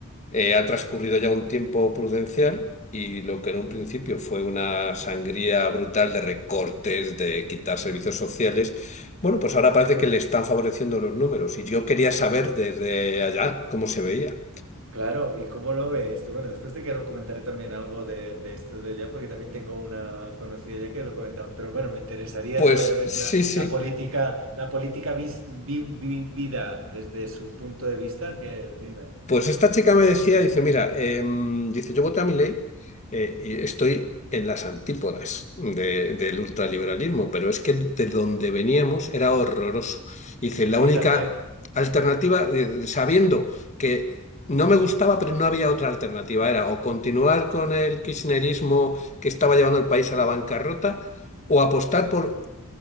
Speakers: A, on the left; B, on the right.
A: Eh, ha transcurrido ya un tiempo prudencial y lo que en un principio fue una sangría brutal de recortes, de quitar servicios sociales, bueno, pues ahora parece que le están favoreciendo los números y yo quería saber desde allá cómo se veía.
B: Claro, ¿y cómo lo ve esto? Bueno, después te quiero comentaré también algo de, de esto de allá, porque también tengo una conocida ya que lo comentamos, pero bueno, me interesaría
A: Pues
B: saber, a ver,
A: sí,
B: la,
A: sí.
B: la política, la política vis- vi- vi- vida desde su punto de vista, que dime,
A: Pues esta chica me decía, dice, mira, em, dice, yo voté a mi ley y estoy en las antípodas de- del ultraliberalismo, pero es que de donde veníamos era horroroso. Dice, la
B: fíjate,
A: única alternativa,
B: sí,
A: dice, sabiendo que no me gustaba, pero no había otra alternativa, era o continuar con el kirchnerismo que estaba llevando el país a la bancarrota, o apostar por